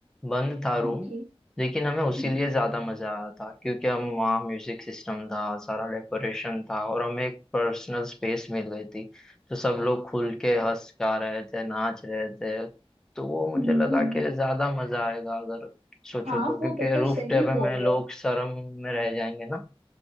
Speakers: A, in the centre; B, on the right (about 70°).
A: बंद था रूम
B: okay
A: लेकिन हमें उसी
B: हम्म
A: लिए ज्यादा मजा आया था क्योंकि हम वहाँ म्यूजिक सिस्टम था सारा डेकोरेशन था और हमें एक पर्सनल स्पेस मिल गई थी तो सब लोग खुल के हंस गा रहे थे नाच रहे थे तो वो
B: हम्म
A: मुझे लगा
B: हम्म।
A: कि ज्यादा मजा आएगा अगर सोचो
B: हाँ
A: तो क्योंकि
B: वो बिल्कुल
A: रूफ
B: सही
A: टॉप
B: बोल
A: में
B: रहे
A: लोग
B: हो
A: शर्म में रह जाएंगे ना